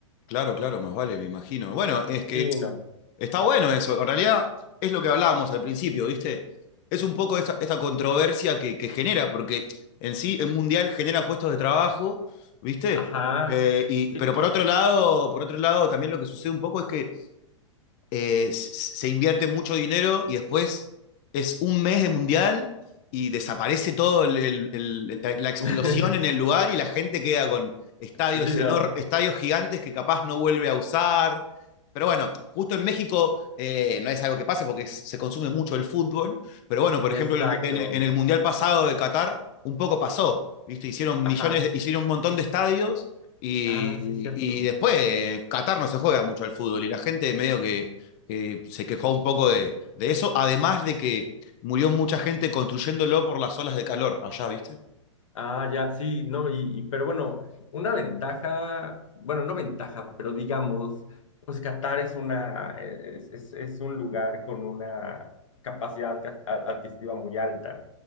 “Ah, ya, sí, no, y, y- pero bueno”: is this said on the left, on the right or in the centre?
Left